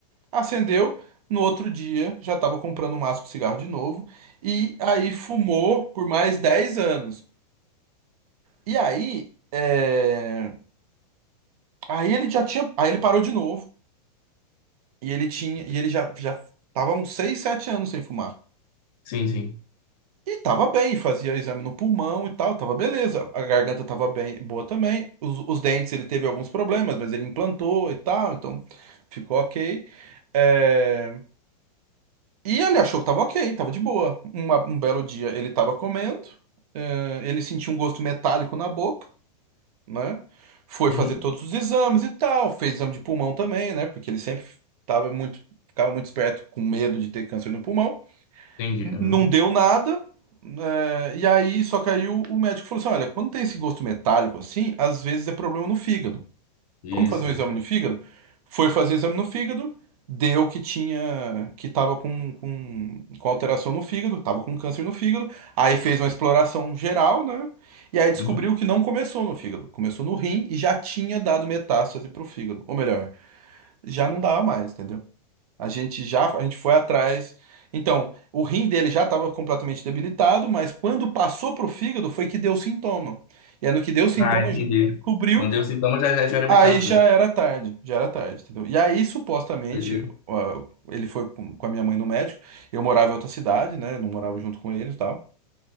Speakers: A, on the right; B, on the left.
A: Acendeu, no outro dia já estava comprando um maço de cigarro de novo, e aí fumou por mais 10 anos. E aí, é, aí ele já tinha, aí ele parou de novo, e ele tinha, e ele já já tava uns 6 7 anos sem fumar.
B: Sim, sim.
A: E tava bem, fazia exame no pulmão e tal, tava beleza. A garganta tava bem, boa também. Os, os dentes ele teve alguns problemas, mas ele implantou e tal, então ficou ok. É, E ele achou que tava ok, tava de boa. Uma- um belo dia ele tava comendo, eh, ele sentiu um gosto metálico na boca, né? Foi
B: Uhum.
A: fazer todos os exames e tal, fez exame de pulmão também, né? Porque ele sempre tava muito, ficava muito esperto, com medo de ter câncer no pulmão.
B: Entendi.
A: N-
B: Uhum.
A: Não deu nada, eh, e aí, só que aí o, o médico falou assim: olha, quando tem esse gosto metálico assim, às vezes é problema no fígado
B: Isso,
A: vamos fazer um
B: isso.
A: exame no fígado? Foi fazer exame no fígado, deu que tinha, que tava com, com, com alteração no fígado, tava com câncer no fígado, aí fez uma exploração geral, né? E aí descobriu
B: Uhum.
A: que não começou no fígado, começou no rim e já tinha dado metástase pro fígado. Ou melhor, já não dava mais, entendeu? A gente já, a gente foi atrás. Então, o rim dele já estava completamente debilitado, mas quando passou pro fígado foi que deu sintoma. E aí no que deu sintoma
B: Ah, entendi.
A: a gente descobriu
B: Quando eu sintoma, já, já já era metástase.
A: Aí já era tarde, já era tarde, entendeu? E aí, supostamente,
B: Entendeu?
A: ó, ele foi com com a minha mãe no médico. Eu morava em outra cidade, né? Não morava junto com ele e tal.